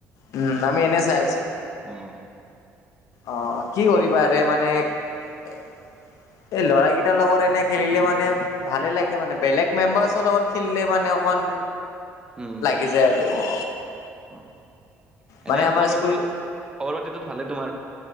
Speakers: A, on the left; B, on the right.
A: উম আমি এনে চাই আছিলো
B: উম
A: অহ কি কৰিবা ৰে মানে এ এ ল'ৰা কেইটাৰ লগত এনে খেলিলে মানে ভালে লাগে মানে বেলেগ মেম্বাৰ্চৰ লগত খেলিলে মানে অকমান
B: উম
A: লাগি যায় আৰু অ
B: অ এনেই
A: মানে আমাৰ
B: খবৰ
A: স্কুল
B: খাটিটো খবৰ খাতিটো ভালেই তোমাৰ